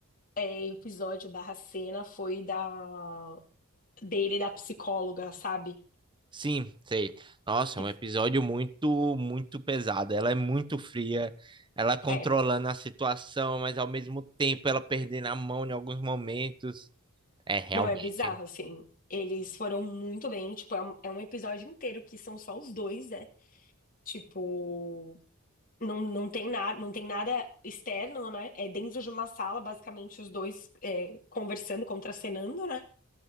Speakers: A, on the left; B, on the right.
A: é, episódio barra cena foi da dele e da psicóloga, sabe?
B: Sim, sei. Nossa,
A: Que,
B: é um episódio muito, muito pesado. Ela é muito fria, ela controlando
A: é,
B: a situação, mas ao mesmo tempo ela perdendo a mão em alguns momentos. É, realmente.
A: não, é bizarro, assim. Eles foram muito bem, tipo, é um, é um episódio inteiro que são só os dois, né? Tipo, Não, não tem nada, não tem nada externo, né? É dentro de uma sala, basicamente, os dois é, conversando, contracenando, né?